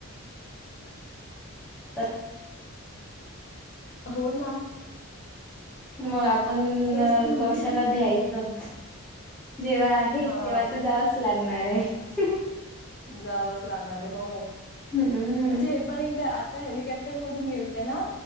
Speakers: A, in the centre; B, on the left.
A: त
B: हो ना.
A: मग आपणं
B: तेच तर म्हणते
A: कशाला भ्यायचं जेव्हा हे
B: हा
A: तेव्हा त जावच लागणार आहे.
B: जावंच लागणारे हो.
A: हम्म.
B: म्हणजे हे पण एकदा आता हेलिकॉप्टर मधून गेलते ना